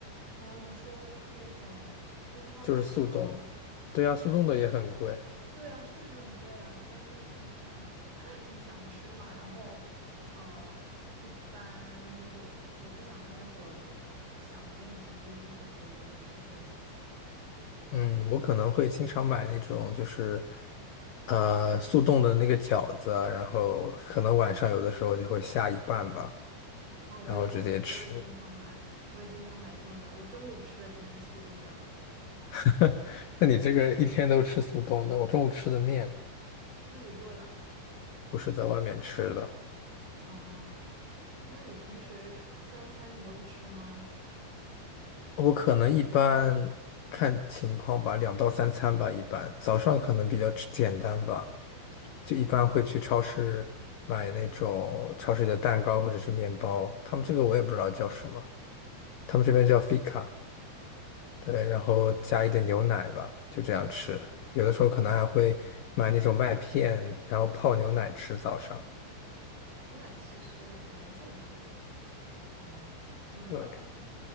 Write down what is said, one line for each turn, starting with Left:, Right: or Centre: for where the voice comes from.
Right: 嗯，你说那种中超卖的吗？
Left: 就是速冻。对呀，速冻的也很贵。
Right: 对啊，确实很贵啊，但是 <laughs> 你想吃嘛，然后呃，一般就是我不想开火，想节省时间的时候，我就会吃这些。对，
Left: 嗯，我可能会经常买那种就是，呃，速冻的那个饺子啊然后可能晚上有的时候就会下一半吧，
Right: 啊，我也我也经常买，
Left: 然后直接吃。
Right: 我也经常买速冻饺，我中午吃的就是速冻饺子。
Left: <laughs> 那你这个一天都吃速冻的，我中午吃的面
Right: 自己做的
Left: 不是在外面吃的，
Right: 啊，那你平时三餐你都吃吗？
Left: 我可能一般看情况吧，两到三餐吧，一般早上可能比较吃简单吧，就一般会去超市买那种超市里的蛋糕或者是面包，他们这个我也不知道叫什么，他们这边叫 fika。对，然后加一点牛奶吧，就这样吃。有的时候可能还会买那种麦片，然后泡牛奶吃早上。
Right: 那其实蛮健康的嘛。嗯，这个早餐，
Left: 对，